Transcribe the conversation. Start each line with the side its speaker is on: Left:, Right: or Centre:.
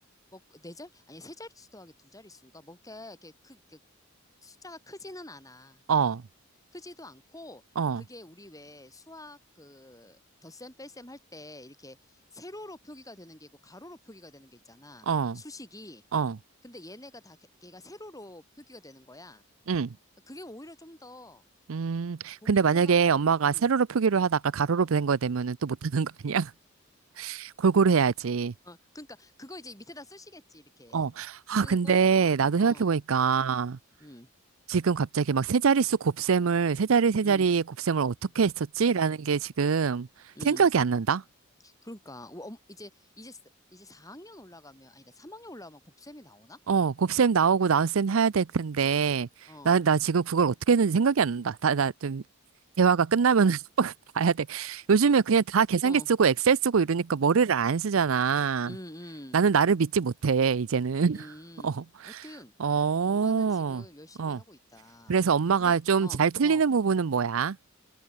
Left: 뭐, 네 자, 아니, 세 자릿수 더하기 두 자릿수인가? 뭐, 이렇게, 이렇게 크, 그, 숫자가 크지는 않아.
Right: 어,
Left: 크지도 않고,
Right: 어,
Left: 그게 우리 왜 수학 그, 덧셈 뺄셈 할 때 이렇게 세로로 표기가 되는 게 있고, 가로로 표기가 되는 게 있잖아.
Right: 어,
Left: 수식이.
Right: 어,
Left: 근데 얘네가 다, 개- 걔가 세로로 표기가 되는 거야.
Right: 음,
Left: 그러니까 그게 오히려 좀 더
Right: 음.
Left: 보기도
Right: 근데 만약에
Left: 편하고,
Right: 엄마가
Left: 음.
Right: 세로로 표기를 하다가 가로로 된 거 되면은 또 못하는 거 아니야? <laughs> 골고루 해야지.
Left: 어, 그러니까 그거 이제 밑에다 쓰시겠지, 이렇게.
Right: 어.
Left: 쓰고,
Right: 아, 근데
Left: 어,
Right: 나도 생각해보니까
Left: 어, 음,
Right: 지금 갑자기 막 세 자릿수 곱셈을, 세 자리 세
Left: 음.
Right: 자리 곱셈을 어떻게
Left: 음.
Right: 했었지? 라는 게 지금
Left: 음.
Right: 생각이 안 난다?
Left: 그러니까 어, 엄- 이제 이제 쓰- 이제 4학년 올라가면 아니다 3학년 올라가면 곱셈이 나오나?
Right: 어, 곱셈 나오고 나눗셈 해야 될 텐데,
Left: 어,
Right: 나, 나 지금 그걸 어떻게 했는지 생각이 안 난다. 나, 나 좀, 대화가 끝나면 <laughs> 봐야 돼. 요즘에 그냥 다 계산기
Left: 어,
Right: 쓰고 엑셀 쓰고 이러니까 머리를 안 쓰잖아.
Left: 음, 음,
Right: 나는 나를 믿지 못해, 이제는.
Left: 음.
Right: <laughs> 어,
Left: 하여튼
Right: 어,
Left: 엄마는 지금 열심히
Right: 어.
Left: 하고 있다.
Right: 그래서 엄마가
Left: 근데
Right: 좀
Left: 어,
Right: 잘 틀리는
Left: 어.
Right: 부분은 뭐야?